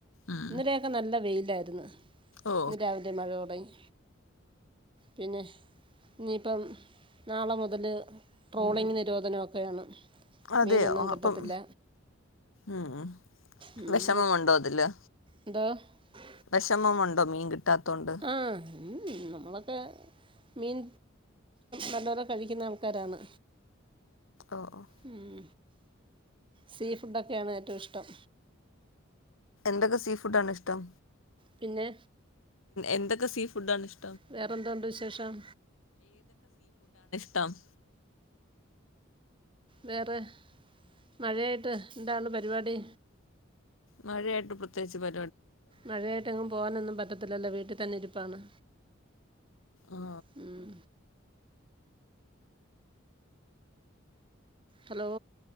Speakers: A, on the left (about 80°); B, on the right (about 25°).
A: ഉം
B: ഇന്നലെയൊക്കെ നല്ല വെയിൽ ലായിരുന്നു
A: ഓ
B: ഇന്ന് രാവിലെ മഴ തുടങ്ങി പിന്നെ ഇനിയിപ്പം നാളെ മുതൽ ട്രോളിംഗ് നിരോധനമൊക്കെയാണ്
A: അതെയോ
B: മീനൊന്നും കിട്ടത്തില്ല
A: അപ്പം ഉം
B: ഉം
A: വിഷമമുണ്ടോ അതില്
B: എന്തോ <unintelligible>
A: വിഷമം ഉണ്ടോ മീൻ കിട്ടാ ത്തോണ്ട്
B: ആ ഉം നമ്മളൊക്കെ മീൻ നല്ലോരം കഴിക്കുന്ന ആൾക്കാരാണ്
A: ഓ ഓ.
B: ഉം സീ ഫുഡൊക്കെയാണ് ഏറ്റവും ഇഷ്ടം
A: എന്തൊക്കെ സീ ഫുഡ് ആണ് ഇഷ്ടം
B: പിന്നെ
A: എന്തൊക്കെ സീ ഫുഡ് ആണ് ഇഷ്ടം
B: വേറെ എന്തുണ്ട് വിശേഷം
A: ത്ത <unintelligible>
B: വേറെ മഴയായിട്ട് എന്താണ് പരിപാടി
A: മഴയായിട്ട് പ്രത്യേകിച്ച് പ
B: മഴയായിട്ടെങ്ങും പോകാനൊന്നും പറ്റത്തില്ലല്ലോ വീട്ടിൽ തന്നെ ഇരിപ്പാണ്
A: ആ
B: ഉം ഹലോ